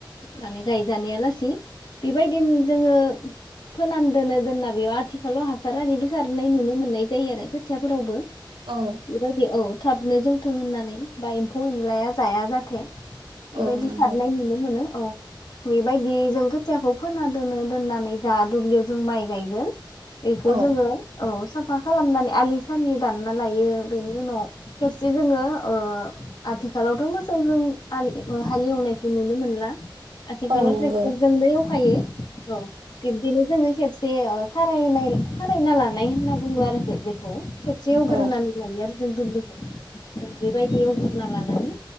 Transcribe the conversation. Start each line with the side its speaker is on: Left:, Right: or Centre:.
Left: माने गायजानाया लासि बेबायदिनो जोङो फोनान दोनो दोनना बेयाव आथिखालाव हास सार आरिबो सारनाय नुनो मोननाय जायो आरो खोथियाफोरावबो
Right: औ
Left: बेबायदि औ थाबनो जौथों होननानै बा एम्फौ एनलाया जाया जाथे बेबायदि
Right: औ नंगौ
Left: सारनाय नुनो मोनो। औ बेबायदि जों खोथियाखौ फोना दोनो दोननानै जा दुब्लियाव जों माइ गायगोन एखौ
Right: औ
Left: जोङो औ साफा खालामनानै आलि सालि दानना लायो बेनि उनाव खेबसे जोङो ओ आथिखालावथ' मोसौजों हालेवनायखौ नुनो मोनला। आथिखालाव
Right: औ नंगौ
Left: ट्रेकटरजोंनो एवखायो औ बिबदिनो जोङो खेबसे ओ खारायनाय खारायना लानाय होनना बुङो आरो बेखौ खेबसे एवग्रोनानै
Right: औ
Left: लायो आरो जों दुब्लिखौ औ बेबायदि एवग्रोना लानानै